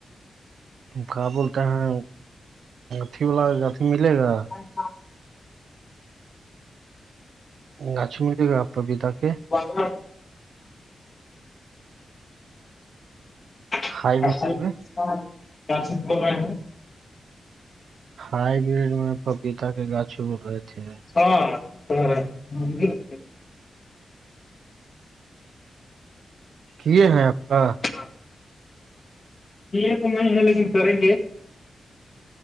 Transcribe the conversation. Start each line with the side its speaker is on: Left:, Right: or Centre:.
Right: کیا بولتے ہیں اھی وال کا گھی ملے گا
Left: اچا
Right: گاچ ملے گپ پ بھی تا کے
Left: <unintelligible> <unintelligible>
Right: ہائی بریڈ میں ہائی برڈ میں پپیتا کے گاچھ بول رہے تھے
Left: ہاں رہ <unintelligible>
Right: ک ہیں آپ کا
Left: ہاں یہ تو نہیں ہے لیکن کریں گے